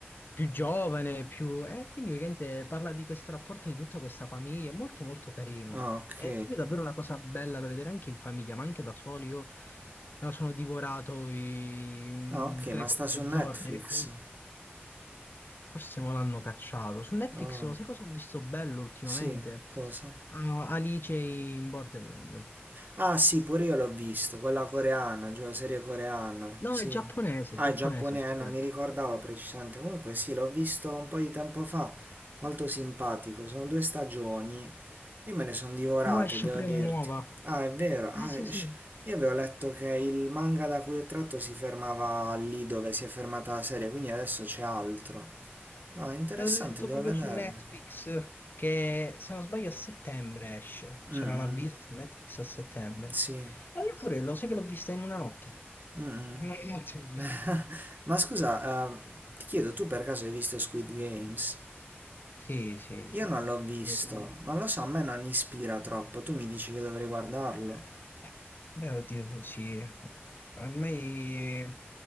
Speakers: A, on the left; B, on the right.
A: più giovane, più... E quindi praticamente parla di questo rapporto di tutta questa famiglia, è molto molto carino.
B: Ah, ok.
A: È proprio davvero una cosa bella da vedere anche in famiglia, ma anche da soli. Io me lo sono divorato in
B: Ah, ok,
A: 3-4
B: ma sta su Netflix.
A: giorni ed è comunque... Forse me l'hanno cacciato. Su Netflix,
B: Ah,
A: lo sai cosa ho visto bello ultimamente?
B: sì, cosa?
A: Ah, Alice in Borderland.
B: Ah sì, pure io l'ho visto, quella coreana, giù la serie coreana,
A: No,
B: sì.
A: è giapponese,
B: Ah,
A: è giapponese,
B: è giapponese,
A: ho scoperto.
B: non mi ricordavo precisamente. Comunque sì, l'ho visto un po' di tempo fa, molto simpatico, sono due stagioni. Io me le sono divorate,
A: Mo' esce
B: devo
A: pure
B: dirti.
A: la nuova.
B: Ah, è vero, ah,
A: Eh sì,
B: è-
A: sì.
B: sci- io avevo letto che il manga da cui è tratto si fermava lì dove si è fermata la serie, quindi adesso c'è altro. Ah, interessante,
A: L'ho letto
B: devo
A: proprio
B: vederlo.
A: su Netflix che, se non sbaglio, a settembre esce. C'era
B: Mm, mm,
A: l'avviso su Netflix a settembre.
B: sì.
A: E io pure lo sai che l'ho vista in una notte.
B: Mm, mm.
A: In una notte l'ho vista.
B: <laughs> Ma scusa, eh, ti chiedo, tu per caso hai visto Squid Games?
A: Sì, sì,
B: Io
A: sì.
B: non l'ho visto,
A: Come tu.
B: non lo so, a me non ispira troppo, tu mi dici che dovrei guardarlo?
A: Eh, Beh, oddio, so- sì. Ormai, eh,